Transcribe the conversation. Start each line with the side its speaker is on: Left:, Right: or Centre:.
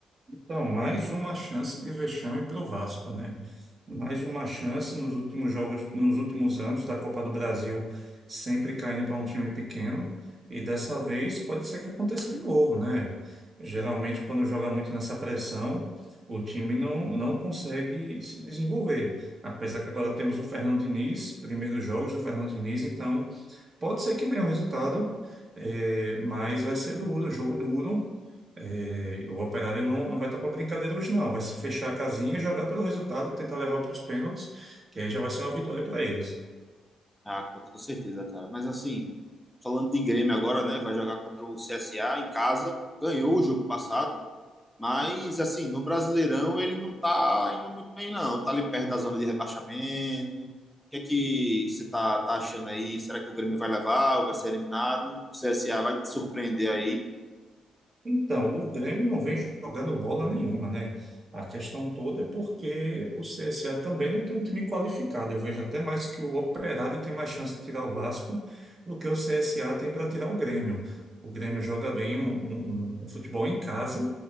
Right: Então, mais uma chance de vexame para o Vasco, né? Mais uma chance nos últimos jogos, nos últimos anos da Copa do Brasil, sempre caindo para um time pequeno. E dessa vez pode ser que aconteça de novo, né? Geralmente, quando joga muito nessa pressão, o time não, não consegue se desenvolver. Apesar que agora temos o Fernando Diniz, primeiros jogos do Fernando Diniz, então pode ser que venha um resultado, eh, mas vai ser duro, jogo duro. É, o Operário não, não vai estar para brincadeira hoje, não. Vai se fechar a casinha, jogar pelo resultado, tentar levar para os pênaltis, que aí já vai ser uma vitória para eles.
Centre: Ah, com toda certeza, cara. Mas assim, falando de Grêmio agora, né? Vai jogar contra o CSA em casa. Ganhou o jogo passado Mas, assim, no Brasileirão ele não tá indo muito bem, não. Tá ali perto da zona de rebaixamento. O que é que você tá, tá achando aí? Será que o Grêmio vai levar ou vai ser eliminado? O CSA vai te surpreender aí?
Right: Então, o Grêmio não vem jogando bola nenhuma, né? A questão toda é porque o CSA também não tem um time qualificado. Eu vejo até mais que o Operário tem mais chance de tirar o Vasco do que o CSA tem para tirar o Grêmio. O Grêmio joga bem um, um- um futebol em casa,